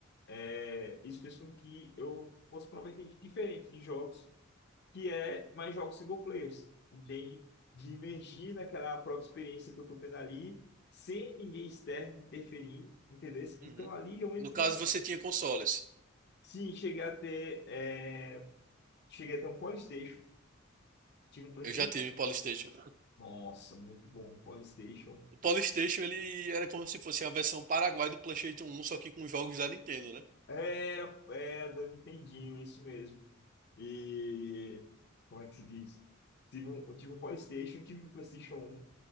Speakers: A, on the left; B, on the right.
A: é, isso fez com que eu fosse provavelmente diferente de jogos que é mais jogos single players, entende? De imergir naquela própria experiência que eu estou tendo ali, sem ninguém externo interferindo, entendeu? Então
B: Uhum.
A: ali eu entro
B: No caso,
A: no...
B: você tinha consoles.
A: Se chegar a ter... é, Cheguei a ter um PlayStation, tive um PlayStation.
B: Eu já tive PlayStation.
A: Nossa, muito bom, um PlayStation.
B: O PlayStation ele era como se fosse a versão Paraguai do PlayStation 1, só que com jogos da Nintendo, né?
A: Era, era do Nintendinho, isso mesmo. E... Como é que se diz? Tive um, eu tive um PlayStation, tive um PlayStation 1,